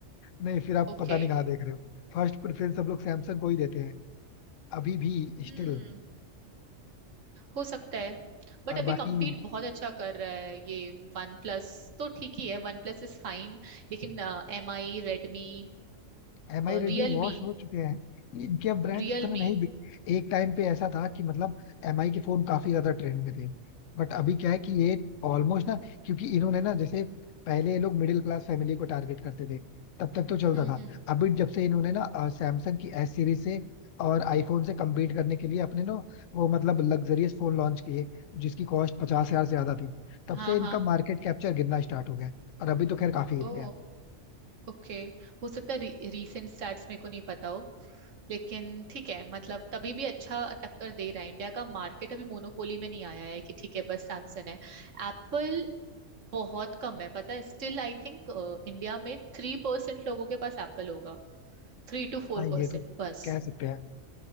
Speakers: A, on the left; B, on the right.
A: नहीं फिर आप
B: ओके
A: पता नहीं कहाँ देख रहे हो फर्स्ट प्रेफरेंस सब लोग सैमसंग को ही देते हैं अभी भी
B: हम्म
A: स्टिल
B: हो सकता है बट
A: और
B: अभी
A: बाकी
B: compete बहुत अच्छा कर रहा है ये वन प्लस तो ठीक ही है वन प्लस इज फाइन लेकिन एम आई रेडमी
A: एम आई रेडमी
B: रियलमी
A: वॉश हो चुके हैं इनके अब ब्रांड्स
B: रियलमी
A: उतने नहीं बिक एक टाइम पे ऐसा था कि मतलब एम आई के फोन काफी ज्यादा ट्रेंड में थे बट अभी क्या है कि ये ऑलमोस्ट ना क्योंकि इन्होंने ना जैसे पहले ये लोग मिडिल क्लास फैमिली को टारगेट करते थे तब तक तो चलता
B: हम्म
A: था
B: हम्म
A: अभी जब से इन्होंने ना सैमसंग की एस सीरीज से और आईफोन से compete करने के लिए अपने ना वो मतलब लग्जरियस फोन लॉन्च किए जिसकी कॉस्ट पचास हजार से ज्यादा थी तब
B: हाँ
A: से इनका
B: हाँ
A: मार्केट कैप्चर गिरना स्टार्ट हो गया है। और अभी तो खैर काफी गिर
B: Oh
A: गया
B: okay हो सकता है री, रीसेंट स्टार्ट्स मेरे को नहीं पता हो लेकिन ठीक है मतलब तभी भी अच्छा टक्कर दे रहा है इंडिया का मार्केट अभी मोनोपोली में नहीं आया है कि ठीक है बस सैमसंग है एप्पल बहुत कम है पता है स्टिल आई थिंक इंडिया में थ्री परसेंट लोगों के पास एप्पल होगा थ्री टू फोर
A: हाँ ये
B: परसेंट
A: तो
B: बस
A: कह सकते हैं